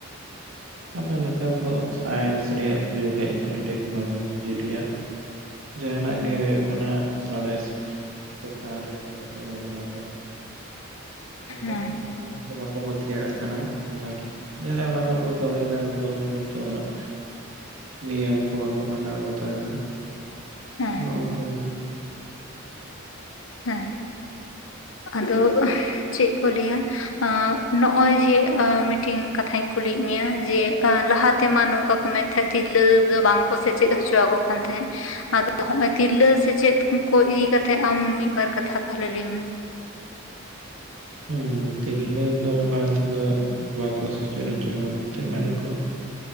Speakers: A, on the left; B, on the right.
A: <unintelligible>
B: ᱟᱫᱚ ᱱᱮᱛᱟᱨ ᱫᱚ ᱥᱟᱭᱮᱱᱥ ᱨᱮᱭᱟᱜ ᱡᱩᱜᱽ ᱦᱮᱡ ᱠᱟᱱᱟ ᱴᱮᱠᱱᱳᱞᱚᱡᱤ ᱨᱮᱭᱟᱜ᱾ ᱡᱟᱦᱟᱱᱟᱜ ᱜᱮ ᱦᱳᱭᱳᱜ ᱠᱟᱱᱟ ᱥᱟᱬᱮᱥ᱾ ᱪᱮᱛᱟᱱ ᱨᱮ ᱤᱭᱟᱹ ᱠᱟᱛᱮ ᱱᱤᱨᱵᱷᱚᱨ ᱠᱟᱛᱮ᱾ ᱱᱮᱛᱟᱨ
A: ᱦᱮᱸ
B: ᱠᱚ ᱦᱚᱲ ᱫᱚ ᱚᱱᱟ ᱠᱚ ᱵᱟᱠᱚ ᱯᱟᱹᱛᱭᱟᱹᱣᱟᱜ ᱠᱟᱱᱟ᱾ ᱟᱨ ᱡᱟᱦᱟᱸᱭ ᱚᱱᱟ ᱠᱚᱨᱮᱜ ᱠᱚ ᱠᱟᱹᱢᱤᱭᱫᱟ ᱱᱩᱠᱩ ᱦᱚᱸ ᱦᱚᱭᱛᱳ ᱩᱱᱟᱹᱜ ᱱᱤᱭᱚᱴᱟᱹᱢ ᱠᱚ ᱵᱟᱠᱚ ᱢᱟᱱᱟᱣ ᱵᱟᱛᱟᱣᱫᱟ᱾
A: ᱦᱮᱸ
B: ᱱᱚᱜᱼᱚᱝᱠᱟᱱᱟᱜ
A: ᱦᱮᱸ, ᱟᱫᱚ ᱪᱮᱫ ᱠᱚ ᱞᱮᱭᱟ? ᱟᱸ ᱱᱚᱜ-ᱚᱭ ᱡᱮ ᱮ ᱢᱤᱫᱴᱤᱝ ᱠᱟᱛᱷᱟᱧ ᱠᱩᱞᱤᱭᱮᱜ ᱢᱮᱭᱟ ᱡᱮ ᱟ ᱞᱟᱦᱟᱛᱮᱢᱟ ᱱᱚᱝᱠᱟ ᱢᱮᱱ ᱛᱟᱦᱮᱸᱜ ᱛᱤᱨᱞᱟᱹ ᱜᱮ ᱵᱟᱝᱠᱚ ᱥᱮᱪᱮᱫ ᱦᱚᱪᱚᱣᱟᱠᱚ ᱠᱟᱱ ᱛᱟᱦᱮᱸᱫ᱾ ᱟᱫᱚ ᱦᱚᱸᱜ-ᱚᱭ ᱛᱤᱨᱞᱟᱹ ᱥᱮᱪᱮᱫ ᱩ ᱠᱚ ᱤᱫᱤ ᱠᱟᱛᱮᱫ ᱟᱢ ᱢᱤᱫ ᱵᱟᱨ ᱠᱟᱛᱷᱟ ᱛᱟᱦᱚᱞᱮ ᱞᱮᱭᱢᱮ‌᱾
B: ᱦᱩᱸ ᱛᱤᱨᱞᱟᱹ ᱫᱚ ᱞᱟᱦᱟ ᱛᱮᱫᱚ ᱵᱟᱠᱚ ᱥᱮᱪᱮᱫ ᱦᱚᱪᱚᱣᱟᱠᱚ ᱠᱟᱱ ᱛᱟᱦᱮᱸᱫ ᱢᱮᱱᱟ ᱠᱚ